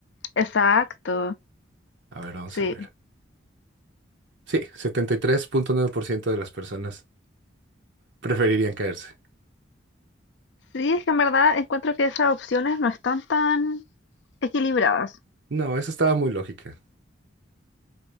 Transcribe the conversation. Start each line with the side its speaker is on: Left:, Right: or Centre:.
Left: Exacto.
Right: A ver, vamos
Left: Sí,
Right: a ver. Sí, setenta y tres punto nueve por ciento de las personas preferirían caerse.
Left: sí, es que en verdad encuentro que esas opciones no están tan equilibradas.
Right: No, esa estaba muy lógica.